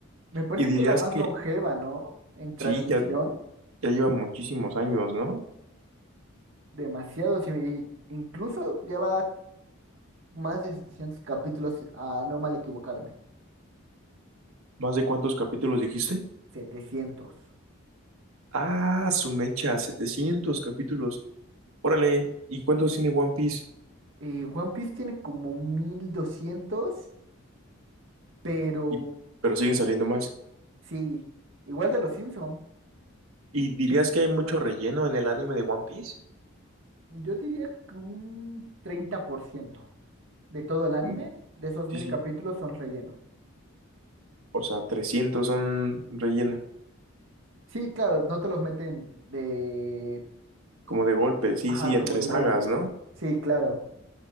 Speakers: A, on the right (about 60°); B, on the right (about 80°).
A: Me parece
B: Y dirías
A: que es la más
B: que
A: longeva, ¿no? En transmisión.
B: sí, ya, ya lleva muchísimos años, ¿no?
A: demasiado. sí, y incluso lleva más de 700 capítulos, a no mal equivocarme.
B: ¿Más de cuántos capítulos dijiste?
A: setecientos
B: Ah, su mecha, 700 capítulos. Órale, ¿y cuántos tiene One Piece?
A: Eh, One Piece tiene como mil doscientos pero
B: Y, pero siguen saliendo más.
A: sí, igual de los Simpson.
B: ¿Y dirías que hay mucho relleno en el anime de One Piece?
A: Yo diría que un 30% de todo el anime,
B: Mm,
A: de esos
B: Sí,
A: mil
B: sí.
A: capítulos, son relleno.
B: O sea, 300 son relleno.
A: Sí, claro, no te los meten de...
B: Como de golpe, sí,
A: Ajá,
B: sí, entre
A: como de
B: sagas,
A: golpe.
B: ¿no?
A: Sí, claro.